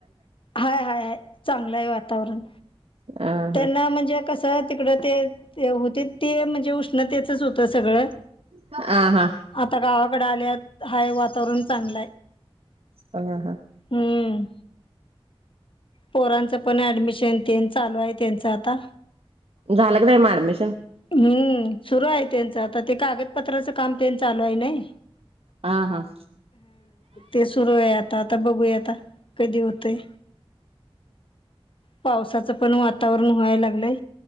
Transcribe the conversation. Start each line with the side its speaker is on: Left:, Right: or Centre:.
Left: हाय हाय हाय, चांगलय वातावरण.
Right: अ
Left: त्यांना
Right: हा
Left: म्हणजे कस तिकड ते होते ते, म्हणजे उष्णतेचच होत सगळ.
Right: हां हां.
Left: आता गावाकड आल्यात, हाय वातावरण चांगलय.
Right: हां हां.
Left: हम्म, पोरांच पण ऍडमिशन तेन. चालू आहे त्यांच आता.
Right: झाल का नाही मग ऍडमिशन?
Left: हम्म, सुरू आहे त्यांच, आता ते कागदपत्राच काम तेन चालू आहे नाय.
Right: हां हां.
Left: ते सुरू आहे आता, आता बघूया आता. कधी होतय, पावसाचं पण वातावरण व्हाय लागलंय.